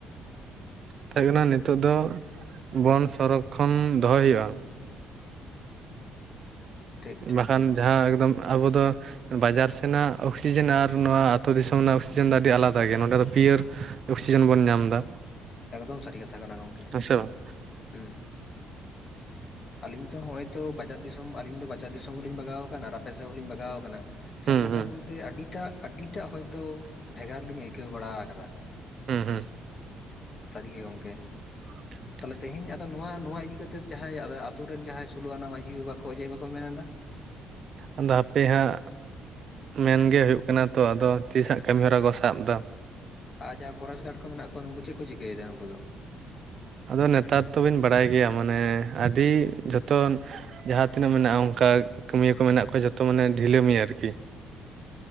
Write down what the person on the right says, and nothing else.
ᱢᱮᱛᱟᱜ ᱠᱟᱱᱟ ᱱᱤᱛᱚᱜ ᱫᱚ ᱵᱚᱱ ᱥᱚᱨᱚᱠ ᱠᱷᱚᱱ ᱫᱚᱦᱚᱭ ᱦᱩᱭᱩᱜᱼᱟ
ᱵᱟᱝᱠᱷᱟᱱ
ᱡᱟᱦᱟᱸ ᱮᱠᱫᱚᱢ ᱟᱵᱚ ᱫᱚ ᱵᱟᱡᱟᱨ ᱥᱮᱱᱟᱜ ᱚᱠᱥᱤᱡᱮᱱ ᱟᱨ ᱱᱚᱣᱟ ᱟᱹᱛᱩ ᱫᱤᱥᱚᱢ ᱨᱮᱱᱟᱜ ᱚᱠᱥᱤᱡᱮᱱ ᱫᱚ ᱟᱹᱰᱤ ᱟᱞᱟᱫᱟ ᱜᱮᱭᱟ ᱱᱚᱸᱰᱮ ᱫᱚ ᱯᱤᱭᱚᱨ ᱚᱠᱥᱤᱡᱮᱱ ᱵᱚᱱ ᱧᱟᱢ ᱮᱫᱟ᱾
ᱦᱮᱸ ᱥᱮ ᱵᱟᱝ
ᱦᱩᱸ
ᱦᱩᱸ
ᱦᱮᱸ ᱦᱮᱸ
<inaudible>
ᱟᱫᱚ ᱦᱟᱯᱮ ᱦᱟᱸᱜ ᱢᱮᱱ ᱜᱮ ᱦᱩᱭᱩᱜ ᱠᱟᱱᱟ ᱛᱚ ᱟᱫᱚ ᱛᱤᱥᱟᱜ ᱠᱟᱹᱢᱤ ᱦᱚᱨᱟ ᱠᱚ ᱥᱟᱵ ᱮᱫᱟ
ᱟᱫᱚ ᱱᱮᱛᱟᱨ ᱫᱚ ᱵᱤᱱ ᱵᱟᱲᱟᱭ ᱜᱮᱫᱟ ᱢᱟᱱᱮ ᱟᱹᱰᱤ ᱡᱚᱛᱚ ᱡᱟᱦᱟᱸ ᱛᱤᱱᱟᱹᱜ ᱢᱮᱱᱟᱜᱼᱟ ᱚᱱᱠᱟ ᱠᱟᱹᱢᱤᱭᱟᱹ ᱠᱚ ᱢᱮᱱᱟᱜ ᱠᱚᱣᱟ ᱡᱚᱛᱚ ᱢᱟᱱᱮ ᱰᱷᱤᱞᱟᱹ ᱢᱮᱭᱟ ᱠᱚ ᱟᱨ ᱠᱤ